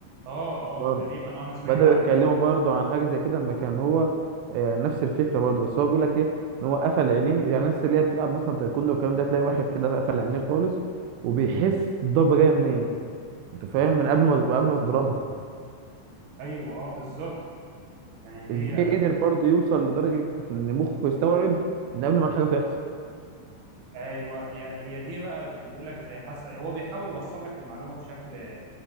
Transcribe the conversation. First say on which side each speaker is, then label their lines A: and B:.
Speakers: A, on the right; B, on the right.
A: اه
B: برضه
A: اه تقريبا آه، انا سمعت
B: بدأوا
A: عن
B: يتكلموا
A: الموضوع ده
B: برضه عن حاجة زي كده لما كان هو آه، نفس الفكرة برضه بس هو بيقول لك ايه ان هو قفل عينيه يعني الناس اللي هي بتلعب مثلا تايكوندو والكلام ده تلاقي واحد كده قفل عينيه خالص وبيحس الضربة جاية منين انت فاهم من قبل ما قبل ما تضربها
A: ايوه اه بالظبط يعني
B: ازاي
A: هي
B: قدر برضه يوصل لدرجة ان مخه يستوعب ان قبل ما الحاجة تحصل
A: ايوه هي هي دي بقى بيقول لك زي حسن هو بيحاول يوصل لك المعلومة بشكل